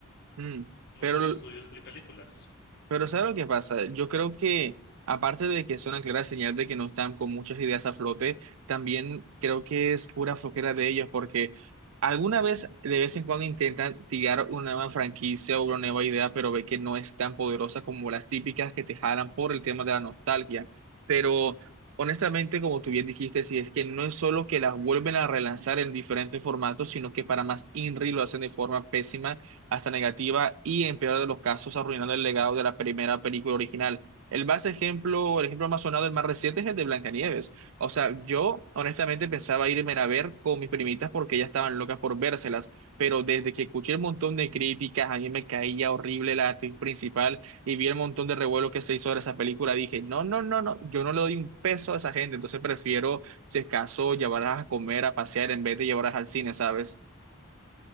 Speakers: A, on the right; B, on the left.
A: mm,
B: muchos
A: Pero
B: estudios de películas.
A: Pero ¿sabes lo que pasa? Yo creo que, aparte de que es una clara señal de que no están con muchas ideas a flote, también creo que es pura flojera de ellos, porque alguna vez, de vez en cuando, intentan tirar una nueva franquicia o una nueva idea, pero ve que no es tan poderosa como las típicas que te jalan por el tema de la nostalgia. Pero, honestamente, como tú bien dijiste, sí, es que no es solo que las vuelven a relanzar en diferentes formatos, sino que para más INRI lo hacen de forma pésima hasta negativa y en peor de los casos arruinando el legado de la primera película original. El más ejemplo, el ejemplo más sonado, el más reciente es el de Blancanieves. O sea, yo honestamente pensaba irme a ver con mis primitas porque ellas estaban locas por vérselas, pero desde que escuché el montón de críticas, a mí me caía horrible la actriz principal y vi el montón de revuelo que se hizo de esa película, dije, no, no, no, no, yo no le doy un peso a esa gente, entonces prefiero, si acaso, llevarlas a comer, a pasear en vez de llevarlas al cine, ¿sabes?